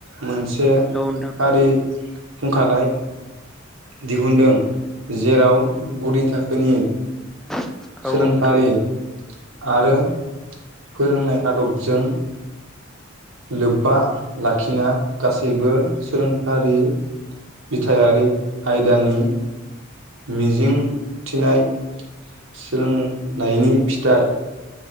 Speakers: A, on the right; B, in the centre.
A: मोनसे
B: औ नोंथां
A: खारि फुंखालाय दिहुुनदों। जेराव गुदि थाखोनि
B: बिफावआवनो
A: सोलोंफारि आरो फोरोंनाय आदबजों लोब्बा लाखिना गासैबो सोलोंफारि बिथथायारि आयदानि मिजिं थिनाय सोलोंलायनि फिथाइ